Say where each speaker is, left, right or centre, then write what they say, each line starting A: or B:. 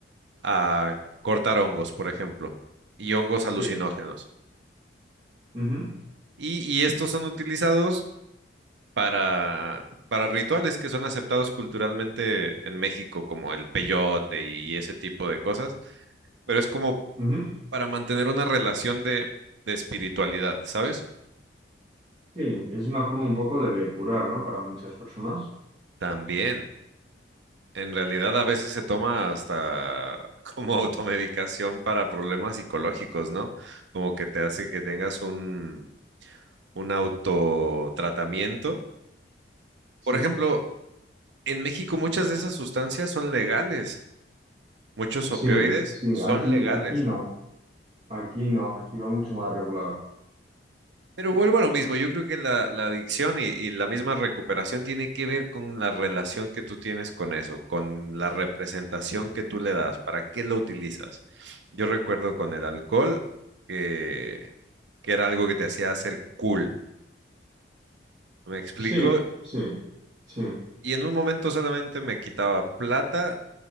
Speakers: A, on the right; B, on the right.
A: a cortar hongos, por ejemplo, y hongos alucinógenos.
B: Sí, ujú,
A: Y, y estos son utilizados para, para rituales que son aceptados culturalmente en México, como el peyote y ese tipo de cosas, pero es como
B: ujú,
A: para mantener una relación de, de espiritualidad, ¿sabes?
B: Sí, es una forma un poco de depurar, ¿no? Para muchas personas.
A: También. En realidad a veces se toma hasta <laughs> como automedicación para problemas psicológicos, ¿no? Como que te hace que tengas un, un autotratamiento.
B: Sí,
A: Por ejemplo, en México muchas de esas sustancias son legales, muchos
B: sí,
A: opioides
B: sí,
A: son
B: aquí,
A: legales.
B: aquí no, aquí no, aquí va mucho más regulado.
A: Pero vuelvo a lo mismo, yo creo que la, la adicción y, y la misma recuperación tiene que ver con la relación que tú tienes con eso, con la representación que tú le das, para qué lo utilizas. Yo recuerdo con el alcohol que, que era algo que te hacía hacer cool, me explico,
B: Sí, sí, sí.
A: y en un momento solamente me quitaba plata